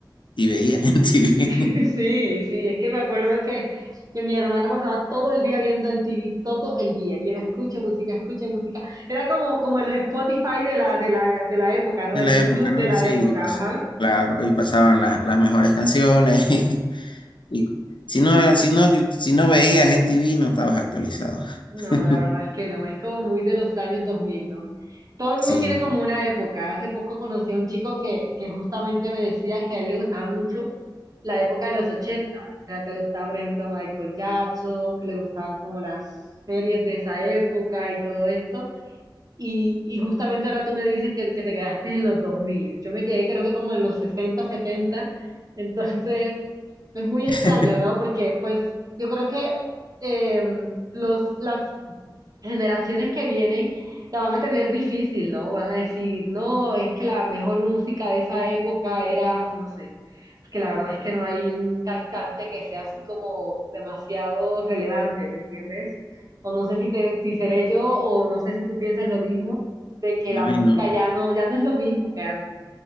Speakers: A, on the left; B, on the right.
A: y veías en TV.
B: <laughs> Sí,
A: <laughs>
B: sí, es que me acuerdo que, que mi hermano pasaba todo el día viendo en TV, todo el día, y era escucha música, escucha música. Era como, como el Spotify de la, de la, de la época, ¿no?
A: De
B: El
A: la
B: YouTube
A: época, ¿no?
B: de la
A: Sí,
B: época,
A: pues,
B: ajá.
A: claro, y pasaban las, las mejores canciones. <laughs> Y si no, si no, si no veías en TV, no estabas actualizado.
B: No,
A: <laughs>
B: la verdad es que no, es como muy de los años 2000, ¿no? Todo el
A: Sí.
B: mundo tiene como una época. Hace poco conocí a un chico que, que justamente me decía que a él le gustaba mucho la época de los 80, o sea, que le gustaba, por ejemplo, Michael Jackson, que le gustaban como las series de esa época y todo esto. Y, y justamente ahora tú me dices que, que te quedaste en los dos mil Yo me quedé creo que como en los sesenta setenta Entonces, es muy extraño,
A: <laughs>
B: ¿no? Porque pues yo creo que eh, los, las generaciones que vienen la van a tener difícil, ¿no? Van a decir, no, es que la mejor música de esa época era, no sé, porque la verdad es que no hay un cantante que sea así como demasiado relevante, ¿me entiendes? O no sé si te, si seré yo, o no sé si tú piensas lo mismo, de que la música
A: Ay, no,
B: ya no, ya no es lo mismo que antes.